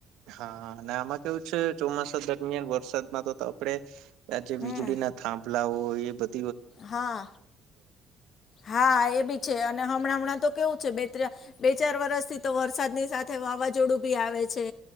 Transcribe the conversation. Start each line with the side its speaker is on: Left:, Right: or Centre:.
Right: હા અને આમાં કેવું છે ચોમાસા દરમિયાન વરસાદમાં તો આપણેે આ જે
Left: હમ
Right: વીજળી ના થાંભલા હોય એ બધા
Left: હા હા એ બી છે અને હમણાં હમણાં તો વ બે ચાર વરષથી તો વરસાદની સાથે વાવાઝોડું ભી આવે છે